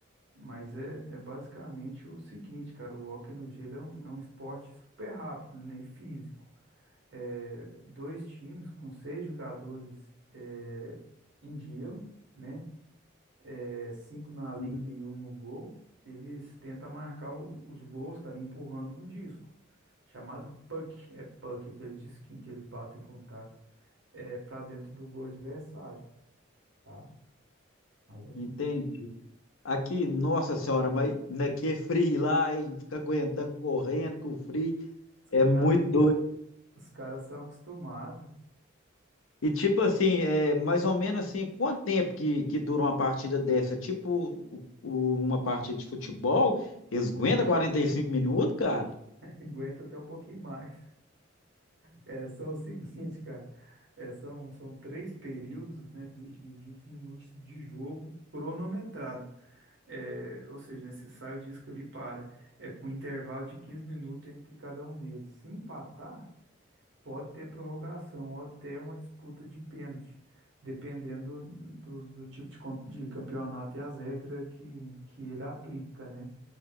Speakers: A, on the right; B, on the left.
A: Mas é, é basicamente o seguinte, cara. O hóquei no gelo é um, é um esporte super rápido, né? E físico. É, dois times com seis jogadores é, em gelo, né? é, cinco na linha
B: Hum.
A: e um no gol, eles tentam marcar o- os gols, cara, empurrando um disco, chamado puck. É puck, aquele disquinho que eles batem com o taco, é, para dentro do gol adversário, tá? Mais ou menos
B: Entende?
A: isso.
B: Aqui, nossa senhora, mas naquele frio lá, hein, fica aguentando correndo com o frio,
A: Os
B: é muito
A: cara-
B: doido.
A: os caras são acostumados,
B: E tipo assim, é, mais ou menos assim, quanto tempo que, que dura uma partida dessa? Tipo o- o- uma partida de futebol, eles aguentam 45 minutos, cara?
A: <laughs> aguenta até um pouquinho mais. É, são o seguinte, cara. É, são, são três períodos, né, de, de 20 minutos de jogo cronometrado. É, ou seja, né, se sai o disco ali para, é, com um intervalo de 15 minutos entre cada um deles. Se empatar, pode ter prorrogação ou até uma disputa de pênalti, dependendo do, do tipo de, com- de campeonato e as regras que, que ele aplica, né?